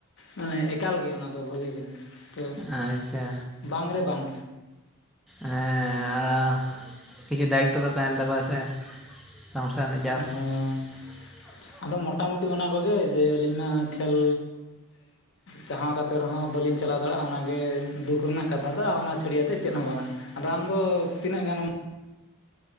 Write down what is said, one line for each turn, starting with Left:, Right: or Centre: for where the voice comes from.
Left: ᱢᱟᱱᱮ ᱮᱠᱟᱞ ᱜᱮ ᱚᱱᱟ ᱫᱚ ᱵᱷᱟᱹᱜᱤ ᱵᱤᱱ ᱛᱚ
Centre: ᱟᱪᱪᱷᱟ
Left: ᱵᱟᱝ ᱨᱮ ᱵᱟᱝ
Centre: ᱦᱮᱸ ᱠᱤᱪᱷᱩ ᱫᱟᱭᱤᱛᱚ ᱫᱚ ᱛᱟᱦᱮᱱ ᱛᱟᱠᱚᱣᱟ ᱥᱮ ᱾ <inaudible>
Left: ᱦᱮᱸᱻ
Centre: <unintelligible>
Left: ᱟᱫᱚ ᱢᱚᱴᱟᱢᱩᱴᱤ ᱚᱱᱟ ᱠᱚᱜᱮ ᱡᱮ ᱟᱹᱞᱤᱧᱢᱟ ᱠᱷᱮᱞ ᱡᱟᱦᱟᱸ ᱠᱟᱛᱮ ᱠᱟᱛᱮ ᱨᱮᱦᱚᱸ ᱵᱟᱹᱞᱤᱧ ᱪᱟᱞᱟᱣ ᱫᱟᱲᱮᱭᱟᱜᱼᱟ ᱚᱱᱟᱜᱮ ᱫᱩᱠ ᱨᱮᱱᱟᱜ ᱠᱟᱛᱷᱟ ᱫᱚ ᱚᱱᱟ ᱪᱷᱟᱹᱲᱭᱛ ᱪᱮᱫ ᱦᱚᱸ ᱵᱟᱝ-ᱟ ᱾ ᱟᱫᱚ ᱟᱢᱫᱚ ᱛᱤᱱᱟᱹᱜ ᱜᱟᱱᱮᱢ